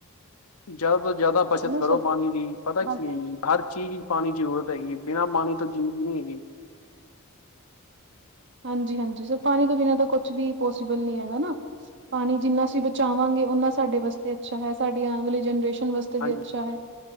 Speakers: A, on the left; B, on the right.
A: ਜਿਆਦਾ ਤੋਂ ਜਿਆਦਾ ਬਚਤ
B: ਹਨਾ
A: ਕਰੋ
B: ਸਰ
A: ਪਾਣੀ ਦੀ ਪਤਾ
B: ਬਸ
A: ਕੀ ਏ ਜੀ ਹਰ ਚੀਜ਼ ਚਪਾਣੀ ਦੀ ਜ਼ਰੂਰਤ ਹੈਗੀ ਹੈ ਬਿਨਾਂ ਪਾਣੀ ਤੋਂ ਜ਼ਿੰਦਗੀ ਨਹੀਂ ਹੈਗੀ
B: ਹਾਂਜੀ ਹਾਂਜੀ ਸਰ ਪਾਣੀ ਤੋਂ ਬਿਨਾ ਤਾਂ ਕੁਛ ਵੀ ਪੋਸੀਬਲ ਨਹੀਂ ਹੈਗਾ ਨਾ ਪਾਣੀ ਜਿੰਨਾ ਅਸੀਂ ਬਚਾਵਾਂਗੇ ਉਹਨਾ ਸਾਡੇ ਵਾਸਤੇ ਅੱਛਾ ਹੈ ਸਾਡੀ ਆਉਣ ਵਾਲੀ ਜਨਰੇਸ਼ਨ ਵਾਸਤੇ ਵੀ
A: ਹਾਂਜੀ
B: ਅੱਛਾ ਹੈ